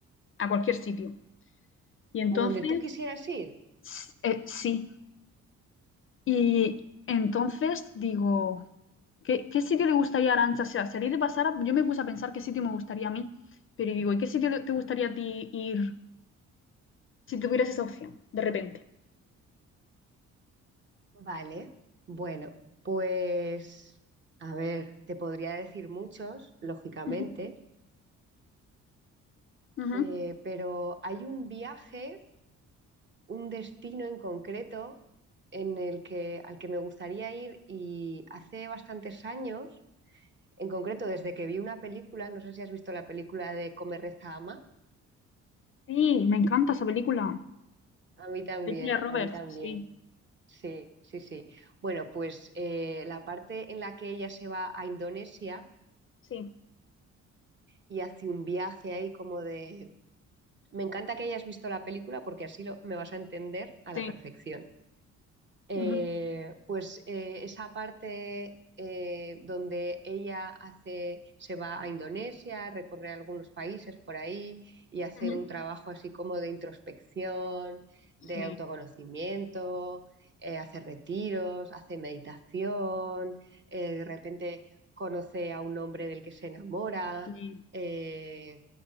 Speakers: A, on the left; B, on the right.
A: a cualquier sitio. Y entonces,
B: ¿A donde tú quisieras ir?
A: s- eh, sí. Y
B: <laughs>
A: entonces digo, ¿qué, qué sitio le gustaría a Arantxa? O sea, si a ti te pasara, yo me puse a pensar qué sitio me gustaría a mí, pero digo, ¿y qué sitio le- te gustaría a ti ir si tuvieras esa opción, de repente?
B: Vale, bueno, pues a ver, te podría decir muchos, lógicamente,
A: Ujú. Ujú.
B: eh, pero hay un viaje, un destino en concreto en el que, al que me gustaría ir y hace bastantes años, en concreto desde que vi una película, no sé si has visto la película de Come, reza, ama,
A: Sí, me encanta esa película.
B: a mí también,
A: De Julia Roberts,
B: a mí también.
A: sí,
B: Sí, sí, sí. Bueno, pues eh, la parte en la que ella se va a Indonesia
A: sí,
B: y hace un viaje ahí como de... Me encanta que hayas visto la película porque así lo, me vas a entender a la
A: Sí.
B: perfección. eh,
A: Ujú.
B: pues eh, esa parte eh, donde ella hace, se va a Indonesia, recorre algunos países por ahí y hace
A: ujú,
B: un trabajo así como de introspección,
A: Sí.
B: de autoconocimiento, eh, hace retiros, hace meditación, eh, de repente conoce a un hombre del que se enamora.
A: sí.
B: eh,